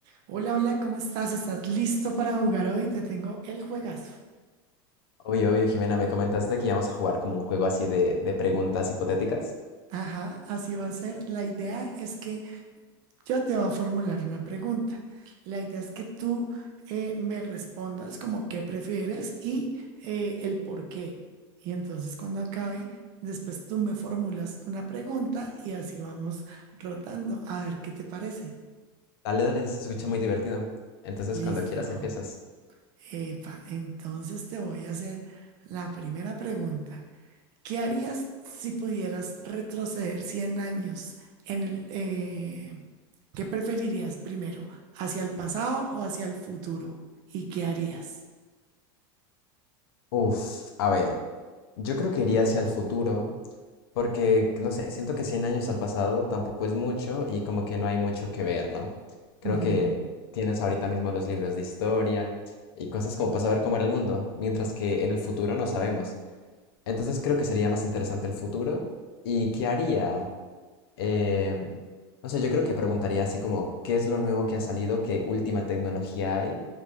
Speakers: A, on the right; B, on the left.
A: Hola, hola, ¿cómo estás? ¿Estás listo para jugar hoy? Te tengo el juegazo.
B: Oye, oye, Jimena, me comentaste que íbamos a jugar como un juego así de, de preguntas hipotéticas.
A: Ajá, así va a ser. La idea es que yo te voy a formular una pregunta. La idea es que tú eh, me respondas como qué prefieres y eh, el por qué. Y entonces cuando acabe, después tú me formulas una pregunta y así vamos rotando a ver qué te parece.
B: Dale, dale, se escucha muy divertido. Entonces,
A: Listo.
B: cuando quieras, empiezas.
A: Epa, entonces te voy a hacer la primera pregunta. ¿Qué harías si pudieras retroceder 100 años en el, eh, ¿qué preferirías primero? ¿Hacia el pasado o hacia el futuro? ¿Y qué harías?
B: Uf, a ver, yo creo que iría hacia el futuro, porque, no sé, siento que 100 años al pasado tampoco es mucho y como que no hay mucho que ver, ¿no? Creo
A: Ujú,
B: que tienes ahorita mismo los libros de historia y cosas como para saber cómo era el mundo, mientras que en el futuro no sabemos. Entonces, creo que sería más interesante el futuro. ¿Y qué haría? Eh, no sé, yo creo que preguntaría así como, ¿qué es lo nuevo que ha salido? ¿Qué última tecnología hay?